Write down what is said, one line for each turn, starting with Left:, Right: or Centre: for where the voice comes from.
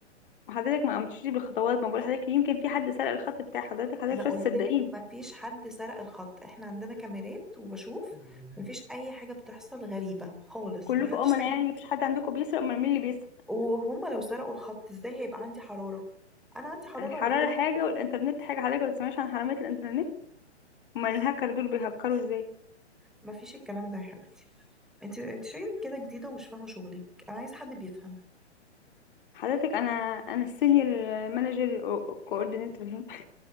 Left: حضرتك ما قمتيش بالخطوات ما بقول حضرتك يمكن في حد سرق الخط بتاع حضرتك حضرتك
Centre: ما قلتلك
Left: مش هتصدقيني
Centre: مفيش حد سرق الخط احنا عندنا كاميرات وبشوف مفيش اي حاجه بتحصل غريبه خالص
Left: كلكم
Centre: محدش
Left: امنا
Centre: ساكت
Left: يعني مفيش حد عندكم بيسرق امال مين اللي بيسرق
Centre: وهم لو سرقوا الخط ازاي هيبقى عندي حرارة انا عندي حرارة
Left: الحرارة
Centre: وبتكلم
Left: حاجة
Centre: في التليفون
Left: والإنترنت حاجة حضرتك ما بتسمعيش عن حرامية الإنترنت أمال الهاكر دول بيهكروا إزاي
Centre: مفيش الكلام ده يا حبيبتي انت انت شغلك كده جديدة ومش فاهمة شغلك انا عايزة حد بيفهم
Left: حضرتك أنا أنا السينيور مانجر كوردينيتور